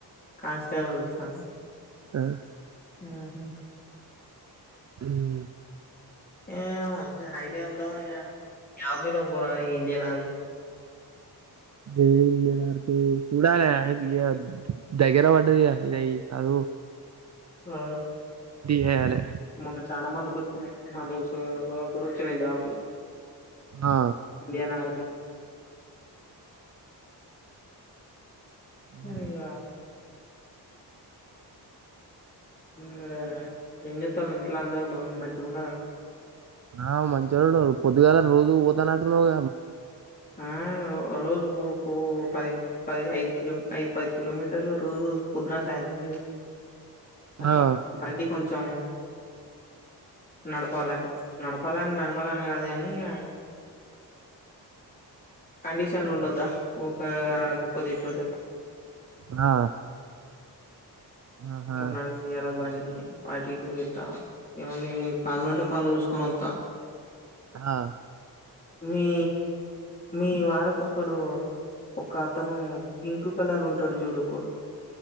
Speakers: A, on the left; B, on the right.
A: కాన్స్టేల్ ఎల్తారు
B: ఆ
A: ఆహ
B: ఉ
A: ఏ హైతే ఉంటాము ఆర్మీలో పోరాలి ఇండియన్ ఆర్మీ
B: ఏదకు సూడాల భయ దగ్గర వాట్టదిగా సాధ
A: ఆ
B: చేయాలే
A: మొన్న చాలా మందికి వచ్చినాయి మా దోస్తు కూడాడు వచ్చినయి జాబ్లు
B: ఆ
A: ఇండియన్ ఆర్మీ
B: లే
A: ఇగ మరే ఏం చెప్తారు ఇంట్లో అందరు బాగుంది మంచిగా ఉన్నారా
B: ఆ మంచి రోడు పొద్దుగాల రోజు పోతన్నటు నువ్వు
A: ఆ ర రోజ బో ఇ పది పది ఐదు క ఐదు పది కిమీటర్ల రోజు పదున సాయంత్రమ అట్లా
B: ఆ
A: బండి కొంచెం నడపాలని నడ నప్పాలని నడపాలని కాదు కాని ఇక కండిషన్లు ఉండద్దా ఊకా నడకప్పది ఎట్లుంటది
B: ఆ ఆహా
A: అ న వియాల బండి అట్టి ఇట్టు తిత ఏమంది మీ పనులు ఉంటే పనులు చూసుకొని వస్తా
B: ఆ
A: మీ మీ వాడకక్కడు ఒక అతను పింక్ కలర్ ఉంటాడు చూడు కుడు